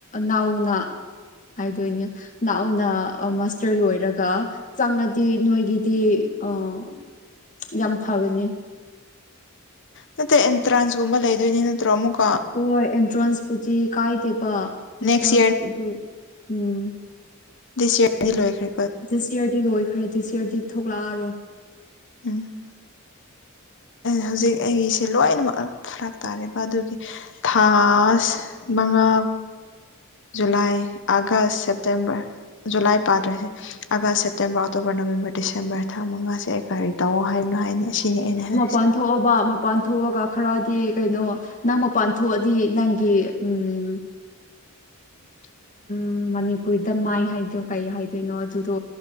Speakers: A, on the left; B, on the left.
A: ꯅꯥꯎꯅ ꯍꯥꯏꯗꯣꯏꯅꯦ ꯅꯅꯥꯍꯎꯅ ꯃꯥꯁꯇꯔ ꯂꯣꯏꯔꯒ ꯆꯪꯉꯗꯤ ꯅꯣꯏꯒꯤꯗꯤ ꯑꯣ ꯌꯥꯝ ꯐꯕꯅꯦ
B: ꯃ ꯑꯦꯟꯇ꯭ꯔꯥꯥꯟꯁꯒꯨꯝꯕ ꯂꯩꯗꯣꯏꯅꯤꯅ ꯅꯠꯇ꯭ꯔꯣ ꯑꯃꯨꯛ
A: ꯍꯣꯏ ꯑꯦꯟꯇ꯭ꯔꯥꯟꯁꯄꯗꯤ ꯀꯥꯏꯗꯦ ꯄ ꯑꯦꯟꯇ꯭ꯔꯁ
B: ꯅꯦꯛꯁ
A: ꯎꯝ
B: ꯗꯤꯁꯤ ꯂꯣꯏ ꯈ
A: ꯖꯤꯁꯤꯌꯥꯔꯗꯤ ꯂꯣꯏꯈ꯭ꯔꯦ ꯖꯤꯁꯤ ꯁꯤꯌꯥꯔꯗꯤ ꯊꯣꯛꯂꯛꯑꯔꯣꯏ
B: ꯎꯝ ꯍꯧꯖꯤꯛ ꯑꯩꯒꯤꯁꯦ ꯂꯣꯏꯅꯃꯛ ꯐꯔꯛ ꯇꯥꯔꯦꯔꯤꯕ ꯑꯗꯨꯒꯤ ꯊꯥꯁꯉꯥ ꯃꯉꯥ ꯖꯨꯂꯥꯏ ꯑꯥꯒꯁ ꯁꯦꯞꯇꯦꯝꯕꯔ ꯖꯨꯂꯥꯏ ꯄꯥꯗ꯭ꯔꯁꯦ August September October November December ꯊꯥ ꯃꯉꯥꯁꯦ ꯑꯩ ꯀꯔꯤ ꯇꯧꯋ ꯍꯥꯏꯕꯅꯣ ꯍꯥꯏꯅ ꯁꯤꯅꯦꯑꯅꯍ
A: ꯄꯥꯟ ꯊꯣꯛꯣꯛꯑꯕ ꯃꯄꯥꯟ ꯊꯣꯛꯑꯒ ꯈꯔꯗꯤ ꯀꯩꯅꯣ ꯅꯪ ꯃꯄꯥꯟ ꯊꯣꯛꯑꯗꯤ ꯅꯪꯒꯤ ꯎꯝ
B: <inaudible>
A: ꯎ ꯃꯅꯤꯄꯨꯔꯗ ꯃꯥꯏ ꯍꯥꯏꯗꯣꯏꯣ ꯀꯩ ꯍꯥꯏꯗꯣꯏꯅꯣ ꯑꯗꯨꯗꯣ